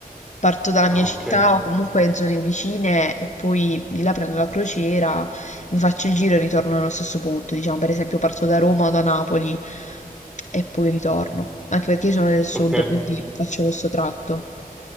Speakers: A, on the left (about 50°); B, in the centre.
A: Parto dalla
B: no,
A: mia città
B: ok.
A: o comunque in zone vicine e poi di là prendo la crociera, mi faccio il giro e ritorno nello stesso punto. Diciamo, per esempio, parto da Roma o da Napoli e poi ritorno. Anche perché io sono del sud,
B: ok.
A: quindi faccio questo tratto.